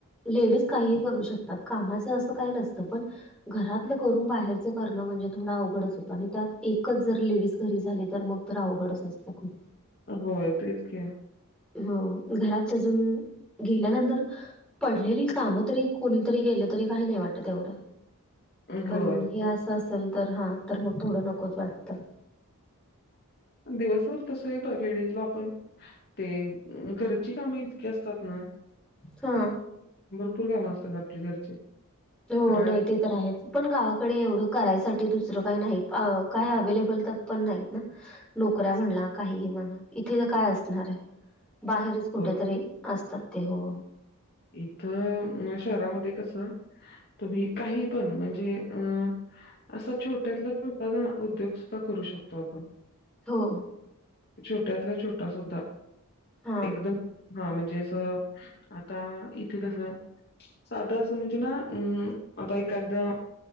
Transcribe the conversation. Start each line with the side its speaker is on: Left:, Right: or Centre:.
Centre: लेडीज काहीही करू शक त्यात कामाचं असं काही नसतं पण घरातलं करून बाहेरचं करणं म्हणजे थोडं अवघडच होतं आणि त्यात एकच जर लेडीज घरी झाली तर मग तर अवघडच असतं खूप
Left: होय तेच की
Centre: हं घरात अजून गेल्यानंतर पडलेली कामं तरी कोणीतरी गेलं तरी काही नाही वाटत येवढं पण
Left: होय.
Centre: हे असं असेल तर हा तर मग थोडं नकोच वाटतं.
Left: दिवसभर तसही लेडीजला आपण ते घरची कामही असतात ना
Centre: हा
Left: भरपूर कामं असतात आपली घरची
Centre: तो
Left: कराय
Centre: नाही ते तर आहेचं पण गावाकडे एवढं करायसाठी दुसरं काही नाही काय अवे्लेबल तर पण नाहीत ना नोकऱ्या म्हणला काहीही म्हणा इथे य काय असणार हाय बाहेरच कुठंतरी
Left: ब
Centre: असतात ते हो
Left: इथं शहरामध्ये कस तुम्ही काही पण म्हणजे अं असा छोट्यातला छोटा उद्योग सुद्धा करू शकतो आपण
Centre: हो
Left: छोट्यातला छोटा सुद्धा
Centre: हां
Left: एकदम हा म्हणजे असं आता इथे कसं साध असं म्हणजे ना अं आता एकांद्रा